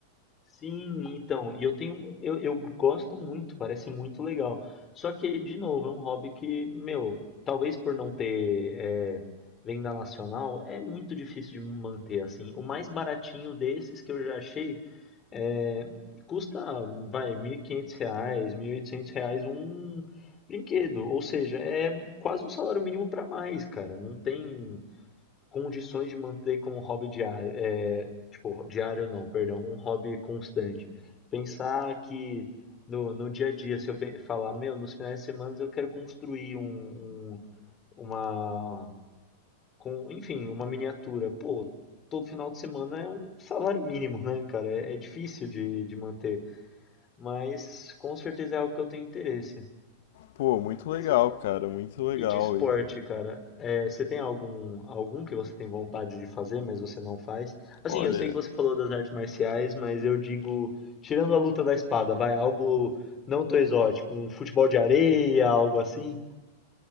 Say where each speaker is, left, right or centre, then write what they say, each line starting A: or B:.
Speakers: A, on the left; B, on the left.
A: Sim, então, e eu tenho, eu, eu gosto muito, parece muito legal. Só que, de novo, é um hobby que, meu, talvez por não ter é, venda nacional, é muito difícil de manter, assim. O mais baratinho desses que eu já achei é, custa, vai, 1.500 reais, 1.800 reais um brinquedo. Ou seja, é quase um salário mínimo para mais, cara. Não tem condições de manter como um hobby diário, é, tipo, diário não, perdão, um hobby constante. Pensar que no, no dia a dia, se eu pe- falar, meu, nos finais de semana eu quero construir um, um- uma, com, enfim, uma miniatura. Pô, todo final de semana é um salário mínimo, né, cara? É, é difícil de, de manter, mas com certeza é algo que eu tenho interesse.
B: Pô, muito
A: Mas
B: legal, cara, muito legal.
A: E de esporte,
B: E,
A: cara, é, você tem algum algum que você tem vontade de fazer, mas você não faz? Assim,
B: olha,
A: eu sei que você falou das artes marciais, mas eu digo, tirando a luta da espada, vai algo não tão exótico, um futebol de areia, algo assim? <laughs>